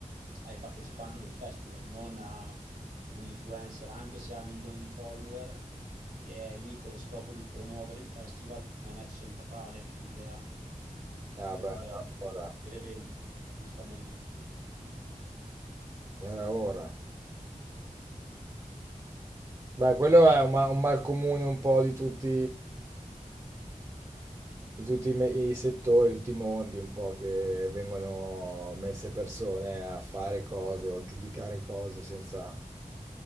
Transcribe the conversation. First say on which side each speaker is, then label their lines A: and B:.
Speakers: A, on the right; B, on the right.
A: ai partecipanti del festival, non a un influencer, anche se ha milioni di follower, e è lì con lo scopo di promuovere il festival, non è centrale nell'idea
B: Ah,
A: del-
B: beh, era ora.
A: dell'evento, giustamente.
B: Era ora. Beh, quello è un, ma- un mal comune un po' di tutti, di tutti i, me- i settori, di tutti i mondi, un po' che vengono messe persone a fare cose o a giudicare cose senza